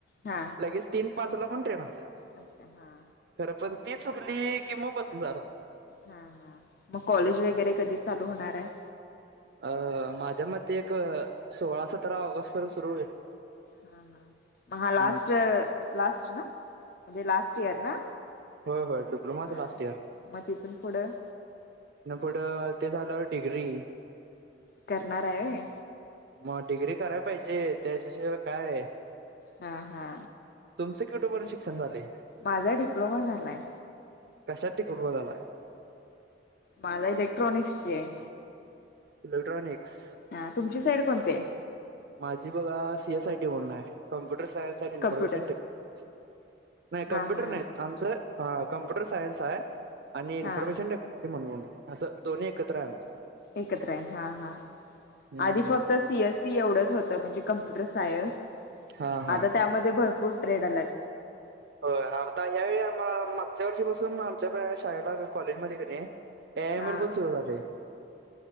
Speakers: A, on the left; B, on the right.
A: हा
B: लगेच तीन पाच ला पण ट्रेन असत्या
A: अच्छा हा
B: खरं पण ती चुकली की मग बस जरा
A: हा हा मग कॉलेज वगैरे कधी चालू होणार हाय?
B: अ माझ्या मते एक सोळा, सतरा ऑगस्ट पर्यंत सुरू होईल.
A: हा हा म हा लास्ट
B: हम्म.
A: लास्ट ना म्हणजे लास्ट इयर ना?
B: हो होय डिप्लोमाच
A: हा
B: लास्ट इयर.
A: मग तिथून पुढं
B: इथंन पुढं ते झाल्या वर डिग्री.
A: करणारय हाय होय.
B: म डिग्री कराय पाहिजे त्याच्याशिवाय काय
A: हा हा
B: तुमच क्यट्यूपर्यंत शिक्षण झालय.
A: माझा डिप्लोमा झालाय.
B: कशात तिकोर्णा झालाय.
A: माझा इलेक्ट्रॉनिक्सची हाय.
B: इलेक्ट्रॉनिक्स.
A: हा तुमची साईड कोणती हाय
B: माझी बघा सी एस आय टी म्हणून हाय. Computer science and information
A: computer
B: technology नाही कम्प्युटर
A: हा हा
B: नाही आमचं आ कम्प्युटर सायन्स आहे आणि इन्फॉर्मेशन
A: हा
B: टे ते म्हणून असं दोन्ही एकत्र आहे आमचं.
A: एकत्र हाय हा हा
B: हम्म
A: आधी
B: हम्म
A: फक्त सी एस त एवढंच होत म्हणजे कंप्युटर सायन्स
B: हा हा
A: आता त्यामध्ये भरपूर ट्रेड आल्यात.
B: हो हाबता ह्या वेळी आम्हाला म मागच्या वर्षी पासून आमच्या शाळेला कॉलेजमध्ये कणी ए आय एम
A: हा
B: एल पण सुरू झालय